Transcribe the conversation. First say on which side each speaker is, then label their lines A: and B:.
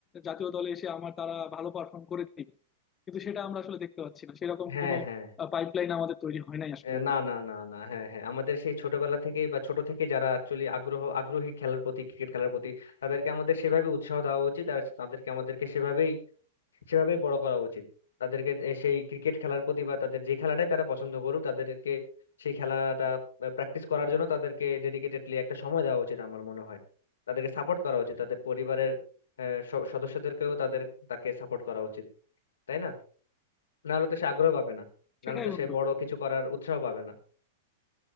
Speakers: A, on the left; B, on the left.
A: জাতীয় দলে এসে আমার তারা ভালো পারফর্ম করে দিবে কিন্তু সেটা আমরা আসলে দেখতে পাচ্ছি না সেরকম
B: হ্যাঁ
A: কোনো
B: হ্যাঁ
A: পাইপলাইন আমাদের তৈরি হয় নাই আসলে
B: আহ,
A: এখন
B: না না না না হ্যাঁ হ্যাঁ আমাদের সেই ছোটবেলা থেকেই বা ছোট থেকে যারা অ্যাকচুয়ালি আগ্রহ আগ্রহী খেলার প্রতি ক্রিকেট খেলার প্রতি তাদেরকে আমাদের সেভাবে উৎসাহ দেওয়া উচিত আর তাদেরকে আমাদেরকে সেভাবেই সেভাবেই বড় করা উচিত তাদেরকে এ- সেই ক্রিকেট খেলার প্রতি বা তাদের যে খেলাটাই তারা পছন্দ করুক তাদেরকে সেই খেলাটা প্র্যাকটিস করার জন্য তাদেরকে ডেডিকেটেডলি একটা সময় দেওয়া উচিত আমার মনে হয় তাদেরকে সাপোর্ট করা উচিত তাদের পরিবারের আহ, স- সদস্যদেরকেও তাদের তাকে সাপোর্ট করা উচিত তাই না নাহলে তো সে আগ্রহ পাবে না নাহলে
A: সেটাই
B: তো
A: বন্ধু
B: সে বড় কিছু করার উৎসাহ পাবে না